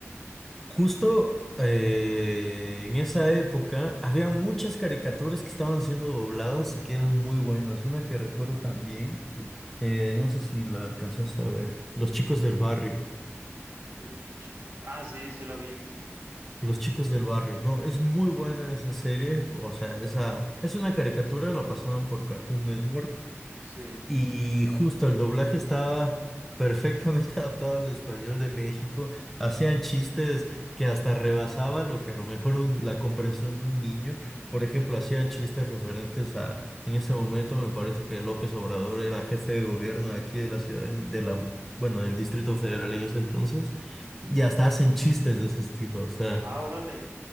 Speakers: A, in the centre; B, on the right.
A: Justo eh, en esa época había muchas caricaturas que estaban siendo dobladas y que eran muy buenas. Una que recuerdo también, eh, no sé si la alcanzaste a ver, Los chicos del barrio.
B: Los chi- Ah, sí, sí la vi.
A: Los chicos del barrio, no, es muy buena esa serie, o sea, esa es una caricatura, la pasaban por Cartoon Network.
B: Sí.
A: Y justo el doblaje estaba perfectamente <laughs> adaptado al español de México. Hacían chistes que hasta rebasaba lo que a lo mejor un- la comprensión de un niño. Por ejemplo, hacían chistes referentes a, en ese momento me parece que López Obrador era jefe de gobierno de aquí de la ciudad de, de la, bueno, del Distrito Federal en ese entonces.
B: Ujú.
A: Y hasta hacen chistes de ese estilo. O sea.
B: Ah, órale.